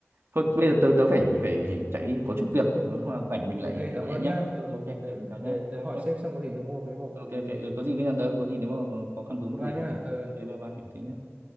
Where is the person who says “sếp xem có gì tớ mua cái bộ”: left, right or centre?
Right